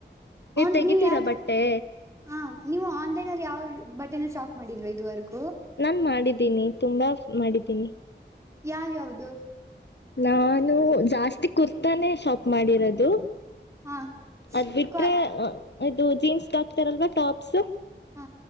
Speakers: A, on the right; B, on the left.
A: ಹನ್
B: ತೆಗಿತೀರಾ
A: ನೀವ್ ಯಾವ್ದ್.
B: ಬಟ್ಟೆ
A: ಹಾಂ ನೀವು ಆನ್ಲೈನ್ ಅಲ್ಲಿ ಯಾವ ಬಟೆನ ಶಾಪ್ ಮಾಡಿದಲ್ವಾ ಇದುವರ್ಗೂ.
B: ನಾನು ಮಾಡಿದ್ದೀನಿ ತುಂಬಾ ಮಾಡಿದ್ದೀನಿ.
A: ಯಾವ್ಯಾ ಯವ್ದ.
B: ನಾನು ಜಾಸ್ತಿ ಕುರ್ತಾನೆ ಶಾಪ್ ಮಾಡಿರೋದು.
A: ಹಾ
B: ಅದ್ ಬಿಟ್ರೆ
A: ಕ್ವಾ
B: ಇದು ಜೀನ್ಸ್ಗೆ ಹಾಕ್ತಾರಲ್ವಾ ಟಾಪ್ಸ್.
A: ಹ